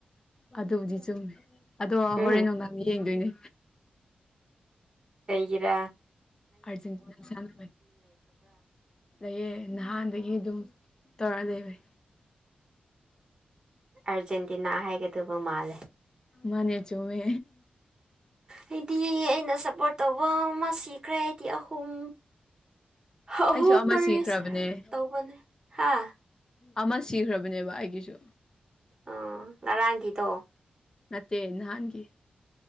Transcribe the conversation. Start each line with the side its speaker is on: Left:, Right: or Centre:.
Left: ꯑꯗꯨꯕꯨꯗꯤ ꯆꯨꯝꯃꯦ ꯑꯗꯣ
Right: ꯎꯝ
Left: ꯍꯣꯔꯦꯟ ꯅꯨꯡꯗꯥꯡ ꯌꯦꯡꯗꯣꯏꯅꯦ
Right: ꯀꯩꯒꯔꯥ꯫
Left: ꯑꯔꯖꯦꯟꯇꯤꯅꯥ ꯁꯥꯟꯅꯕ ꯑꯌꯦ ꯅꯍꯥꯟꯗꯒꯤ ꯑꯗꯨꯝ꯫ ꯇꯔꯗꯕ
Right: ꯑꯥꯔꯖꯦꯟꯇꯤꯅꯥ ꯍꯥꯏꯒꯗꯕ ꯃꯥꯜꯂꯦ
Left: ꯃꯥꯅꯦ ꯆꯨꯝꯃꯦ
Right: ꯑꯩꯗꯤ ꯑꯩꯅ ꯁꯞꯄꯣꯔꯠ ꯇꯧꯕ ꯑꯃ ꯁꯤꯈ꯭ꯔꯦ ꯀ ꯑꯍꯨꯝ ꯑꯍꯨꯝ
Left: ꯑꯩꯁꯨ ꯑꯃ
Right: ꯃꯔꯤꯁ
Left: ꯁꯤꯈ꯭ꯔꯕꯅꯦ
Right: ꯇꯧꯕꯅꯦ ꯍꯥ
Left: ꯑꯃ ꯁꯤꯈ꯭ꯔꯕꯅꯦꯕ ꯑꯩꯒꯤꯁꯨ
Right: ꯑꯣ ꯉꯔꯥꯡꯒꯤꯗꯣ
Left: ꯇ ꯅꯍꯥꯟꯒꯤ